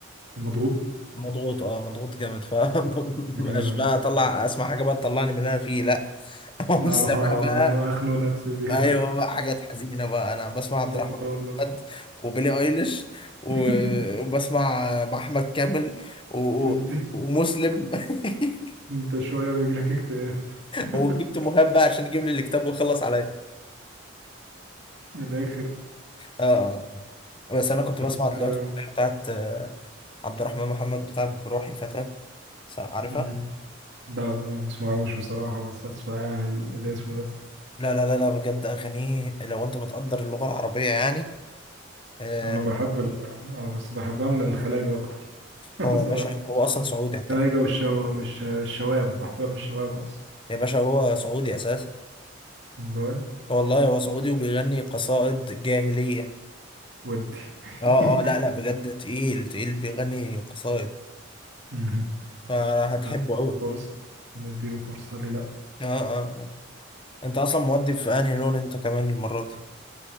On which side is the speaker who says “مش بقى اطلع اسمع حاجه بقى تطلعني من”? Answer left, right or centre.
Left